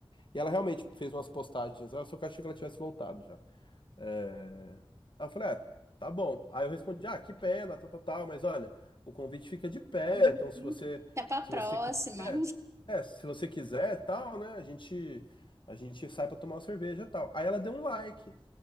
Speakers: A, on the left; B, on the right.
A: E ela realmente fez umas postagens, "Ah, eu só que eu achei que ela tivesse voltado já. É, Aí eu falei, ah, tá bom. Aí eu respondi, ah, que pena, tal, tal, tal, mas olha, o convite fica de pé,
B: uhum.
A: então se você,
B: Até pra
A: se
B: próxima.
A: você quiser, é, se você quiser, tal, né, a gente, a gente sai pra tomar uma cerveja, tal. Aí ela deu um like,